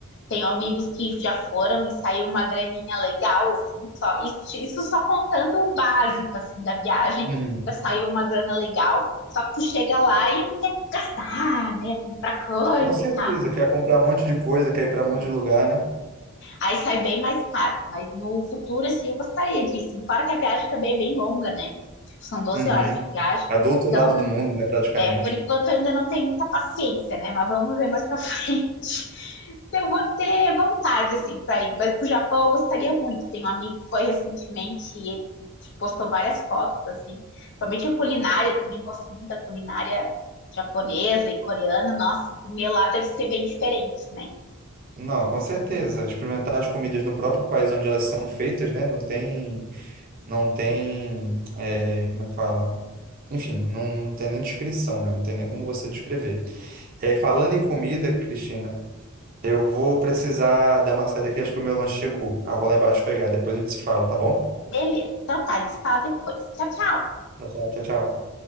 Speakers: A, on the left; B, on the right.
A: Tenho amigos que já foram e saiu uma graninha legal, assim, só, isso, isso só contando o básico, assim, da viagem,
B: uhum.
A: já saiu uma grana legal, só que tu chega lá e tu quer gastar, né, comprar coisa
B: Com certeza,
A: e tal,
B: quer comprar um monte de coisa, quer ir para
A: né?
B: um monte de lugar, né?
A: Aí sai bem mais caro, mas no futuro, assim, eu gostaria disso, fora que a viagem também é bem longa, né, tipo, são doze
B: Uhum.
A: horas de viagem,
B: É do outro
A: então,
B: lado do mundo, né, praticamente.
A: É, por enquanto eu ainda não tenho muita paciência, né? Mas vamos ver mais pra <laughs> frente se eu vou ter vontade, assim, pra ir. Mas pro Japão eu gostaria muito. Tem um amigo que foi recentemente e ele tipo, postou várias fotos, assim. Somente a culinária, também gosto muito da culinária japonesa e coreana. Nossa, comer lá deve ser bem diferente, né?
B: Não, com certeza. Experimentar as comidas no próprio país onde elas são feitas, né? Não tem, não tem, é, como é que fala? Enfim, não, não tem nem descrição, né? Não tem nem como você descrever. É, falando em comida, Cristina, eu vou precisar dar uma saída aqui, acho que o meu lanche chegou. Aí eu vou lá embaixo pegar, depois a gente se fala, tá bom?
A: Beleza, então tá, a gente fala depois. Tchau, tchau!
B: Tchau, tchau, tchau. tchau.